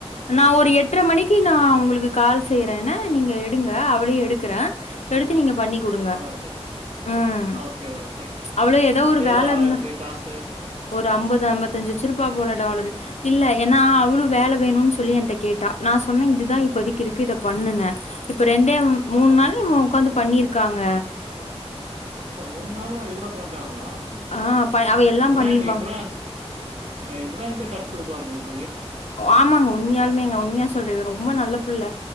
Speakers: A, on the left; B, on the right.
A: நா ஒரு எட்டரை மணிக்கு நா உங்களுக்கு கால் செய்யற என்ன நீங்க எடுங்க அவளயு எ எடுக்கிற எடுத்து நீங்க பண்ணி குடுங்க.
B: ஆ ஓகே
A: ம்.
B: ஓகே ஓகே
A: அவளும் ஏதோ ஒரு
B: எவ்ளோ
A: வேல
B: ஆகி
A: இருந்தா
B: இருக்கு காசு
A: ஒரு அம்பது அம்பத்தஞ்சு வெச்சிருப்பா போல டாலரு இல்ல ஏனா அவுளு வேல வேணுனு சொ சொல்லி என்கிட்ட கேட்டா நா சொன்ன இதுதா இப்போதிக்கு இருக்கு இத பண்ணுன இப்ப ரெண்டே மூண்
B: ஆ.
A: நாள் இவன் ஒக்காந்து பண்ணிருக்காங்க
B: அப்போ மூண் நாளா இவ்ளோ வந்ட்டாங்கலா ஹா
A: ஆ, ப அவ எல்லாம்
B: இப்ரான்
A: பண்ணிருவாங்க.
B: இப்ரான் இப்ராஹிங்கிட்ட குடு இதாகு
A: ஆமாங் உண்மயாலுமேங் உண்மயா சொல்றீ ரொம்ப நல்ல புள்ள